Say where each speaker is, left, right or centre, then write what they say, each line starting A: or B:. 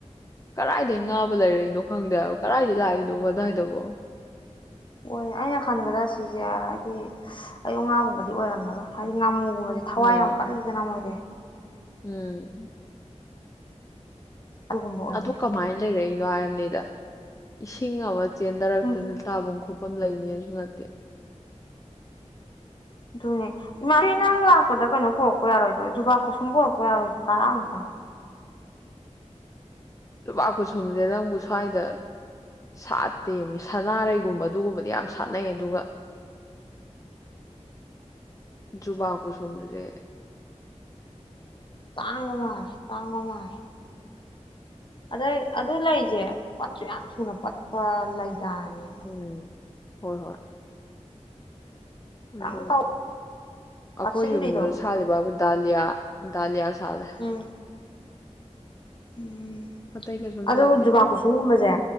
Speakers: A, on the left (about 25°); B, on the left (about 45°).
A: ꯀꯗꯥꯥꯏꯗꯒꯤꯩ ꯉꯥꯕꯨ ꯂꯩꯔꯛꯏꯅꯣ ꯈꯪꯗꯦꯕ ꯀꯗꯥꯏꯗꯒꯤꯩ ꯂꯥꯛꯏꯅꯣ ꯀꯗꯥꯏꯗꯐꯣ
B: ꯍꯣꯏ ꯑꯩꯅ ꯈꯟꯕꯗ ꯁꯤꯁꯦ ꯍꯥꯏꯗꯤ ꯑꯌꯨ ꯉꯥꯒꯨꯝꯕꯗꯤ ꯑꯣꯏꯔꯝꯃꯔꯣꯏ ꯍꯥꯏꯗꯤ ꯉꯥꯃꯨ ꯑꯗꯨꯒꯒꯨꯝꯕꯁꯦ ꯊꯋꯥꯏ
A: ꯎꯝ
B: ꯌꯥꯝ ꯀꯂꯗꯅ ꯃꯣꯏꯗꯤꯦ
A: ꯎꯝ
B: ꯑꯗꯨꯒꯨꯝꯕ ꯑꯣꯏꯔꯝꯅꯤ
A: ꯑꯗꯕꯨ ꯀꯃꯥꯏ ꯂꯩ ꯂꯔꯅꯤꯗ ꯏꯁꯤꯡ ꯑꯋꯥ ꯆꯦꯟꯗꯔꯛꯇꯅ
B: ꯎꯝ
A: ꯇꯥꯐꯝ ꯈꯣꯠꯄ ꯃꯐꯝ ꯂꯩꯅꯤꯁꯨ ꯅꯠꯇꯦ
B: ꯑꯗꯨꯅꯦ ꯏꯃꯥ ꯅꯪ ꯂꯥꯛꯄꯗ ꯀꯩꯅꯣ ꯄꯣꯔꯛꯄ ꯌꯥꯔꯣꯏꯗ꯭ꯔꯣ ꯖꯨꯕꯥꯀꯨꯁꯨꯝ ꯄꯣꯔꯛꯄ ꯌꯥꯔꯣꯏꯗ꯭ꯔꯣ ꯇꯔꯥꯃꯨꯛꯇꯪ
A: ꯖꯨꯕꯥꯥꯛ ꯈꯨꯨꯁꯨꯝꯁꯦ ꯅꯪꯕꯨ ꯁ꯭ꯋꯥꯏꯗ ꯁꯥꯠꯇꯦ ꯁꯅꯥꯔꯩꯒꯨꯝꯕ ꯑꯗꯨꯒꯨꯝꯕꯗꯤ ꯌꯥꯝ ꯁꯥꯠꯅꯩ ꯑꯗꯨꯒ ꯖꯨꯕꯥꯥꯛ ꯈꯨꯁꯨꯝꯁꯦ
B: ꯇꯥꯡꯉ ꯃꯥꯔ ꯇꯥꯡꯕ ꯃꯥꯜꯂꯦ ꯑꯗꯩ ꯑꯗꯨ ꯂꯩꯁꯦ ꯄꯠꯁꯨ ꯌꯥꯝ ꯊꯨꯅ ꯄꯠꯄ ꯂꯥꯏꯗꯥꯅꯦꯕ
A: ꯎꯝ ꯍꯣꯏ ꯍꯣꯏ
B: ꯈꯤꯇꯪ
A: ꯑꯗꯨ
B: ꯇꯧ ꯄꯠꯁꯤꯟꯕꯤꯗꯣ
A: ꯑꯩꯈꯣꯏ ꯌꯨꯝꯗꯨꯗ ꯁꯥꯔꯤꯕꯕꯨꯗꯤ ꯗꯗꯥꯂꯤꯌꯥ ꯗꯗꯥꯂꯤꯌꯥ ꯁꯗꯦ
B: ꯎꯝ ꯎꯝ
A: ꯑꯇꯩ ꯀꯩꯁꯨꯝ
B: ꯑꯗꯨꯣ
A: ꯁꯥꯠꯇꯦꯕ
B: ꯖꯨꯕꯥ ꯀꯨꯁꯨꯝꯒꯨꯝꯕꯁꯦ